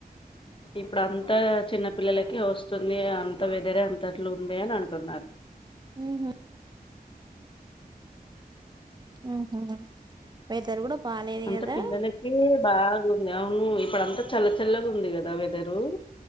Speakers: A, on the left; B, on the right.
A: ఇప్పుడు అంత చిన్న పిల్లలకి వస్తుంది అంత వెదరే అంతట్లు ఉంది అని అంటున్నారు
B: ఉహు ఊహూ వెదర్ కూడా బాలేదు
A: అంత
B: కదా
A: పిల్లలకే బాగుంది అవును ఇప్పుడు అంతా చల్ల చల్లగా ఉంది కదా వెదరు